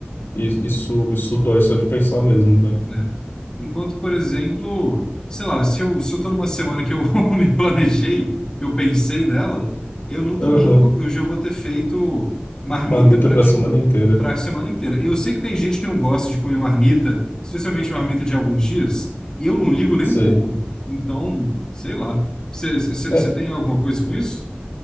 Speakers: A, on the left; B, on the left.
A: i- isso, isso dói só de pensar mesmo, velho.
B: né? Enquanto, por exemplo, sei lá, se eu, se eu tô numa semana que eu <laughs> me planejei, que eu pensei nela, eu no domingo
A: Aham,
B: eu já vou ter feito marmita
A: Marmita
B: para
A: pra
B: tipo
A: semana inteira.
B: para a semana inteira. Eu sei que tem gente que não gosta de comer marmita, especialmente marmita de alguns dias, e eu não ligo nem
A: Sei.
B: um pouco. Então, sei lá. Você
A: É,
B: tem alguma coisa com isso?